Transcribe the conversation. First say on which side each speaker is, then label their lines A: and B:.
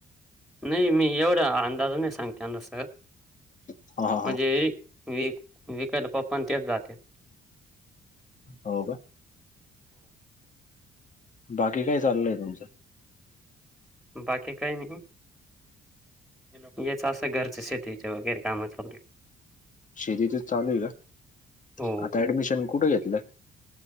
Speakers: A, in the centre; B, on the left (about 40°).
A: नाही मी एवढं अंदाजा नाही सांगते सर
B: हा हा हा
A: म्हणजे व विकायला पप्पा न तेच जात्यात.
B: हो का बाकी काय चाललंय तुमचं
A: बाकीे काहीनी ल हचब घरच खेतीच्या वगैर काम म च
B: शेती तर चालू आहे का
A: हो.
B: आता ऍडमिशन कुठे घेतलंय